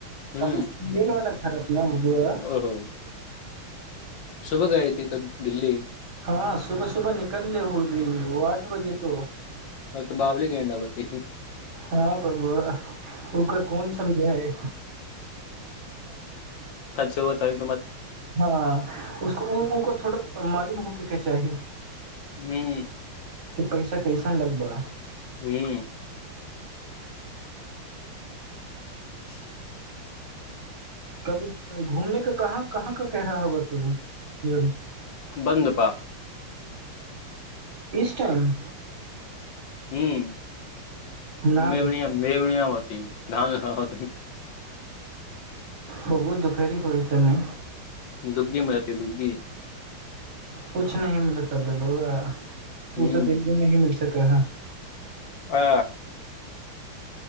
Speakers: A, on the left; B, on the right.
A: ह
B: अबे मेल वाला घर खरब नम्बर
A: ओहो सुबह गई थी तब दिल्ली
B: हँ सुबह सुबह निकलले होलि ओ आठ बजे तो
A: ओ तऽ बाबली गेंडा आबती
B: हँ बबुआ ओकर कोन समझाइ
A: जो बताबे
B: हँ उसको ओको थोड़ म कम होके के चाही
A: हुं
B: कि पैसा कइसन लगबा
A: हू <inaudible>
B: कभी घूमने क कहाँ कहाँ क कह रहा ह तऽ तू य
A: बन्द बा
B: इस टाइम
A: हुं
B: न
A: मेवनिया
B: बबू
A: मेवनिया व धान ह
B: बबुआ दोपहरी हो रही तनी
A: दुग्गी मे रहती दुग्गी
B: कुछ नहि मिल ता बबुआ
A: हूं
B: उ तऽ दुग्गी मे ही मिल तऽ कह
A: आ